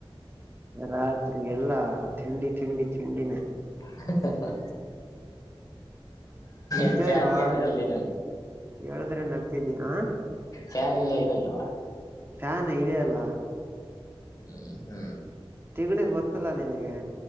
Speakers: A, on the right (about 25°); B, on the left (about 40°).
A: ಎಲ್ಲ ರಾತ್ರಿ ಎಲ್ಲಾ ತಿಂಡಿ ತಿಂಡಿ ತಿಂಡಿನೇ.
B: ಹ್ಹಾ.
A: ನಿಜವಾ
B: ನ್ ಫಾನ್ ಗೆನ್ ಏನ್ ಇರಲ್ಲ ಏನ್ ಅಲ್ಲಿ.
A: ಹೇಳದ್ರೆ ನಗ್ತಿದಿ ಆ
B: ಫಾನ್ ಎಲ್ಲ ಇರ್ಲಿಲ್ವ.
A: ಫ್ಯಾನ್ ಇದೆ ಅಲ್ಲ.
B: ಹ್ಮ ಹ್ಮ್
A: ತಿಗಣೆ ಗೊತ್ತಲ್ಲ ನಿನಗೆ.